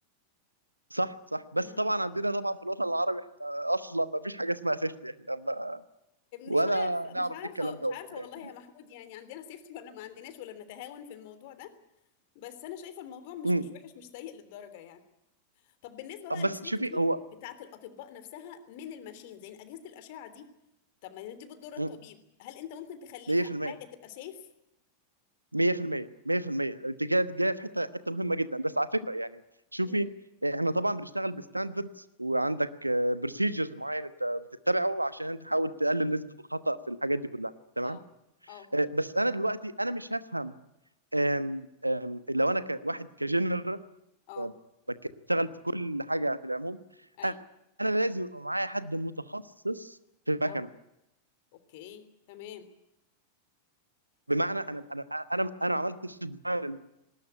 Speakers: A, on the right; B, on the left.
A: صح صح بس
B: امم
A: طبعا عندنا طبعا في الوطن العربي احنا اصلا ما فيش حاجه اسمها سيفتي احنا ما ولا
B: مش عارفة مش
A: نعرف
B: عارفة
A: ايه الكلام
B: مش
A: دوت
B: عارفة
A: يعني
B: والله يا محمود يعني عندنا سيفتي ولا ما عندناش ولا بنتهاون في الموضوع ده بس انا شايفة الموضوع مش
A: <laughs> مم.
B: مش وحش مش سيء للدرجة يعني طب بالنسبه بقى
A: بس
B: للسيفتي
A: شوفي هو
B: بتاعه الاطباء نفسها من الماشينز يعني اجهزه الاشعه دي طب ما دي بتضر الطبيب
A: مم.
B: هل انت ممكن تخليها
A: 100%
B: حاجه تبقى سيف
A: 100% 100% انت كده جايه في حته حته مهمه جدا بس على فكره يعني شوفي
B: امم
A: احنا طبعا بنشتغل بستاندردز وعندك بروسيجرز معين انت بتتبعه عشان تحاول تقلل نسبه الخطا في الحاجات دي كلها تمام
B: اه اه
A: آه، بس انا دلوقتي انا مش هفهم آم، آم، لو انا كواحد كجنرال
B: اه
A: بشتغل في كل حاجه في العموم
B: ايوه
A: انا لازم يبقى معايا حد متخصص في المكنه
B: اه اوكي تمام
A: بمعنى انا انا انا انا ما عملتش الديزاين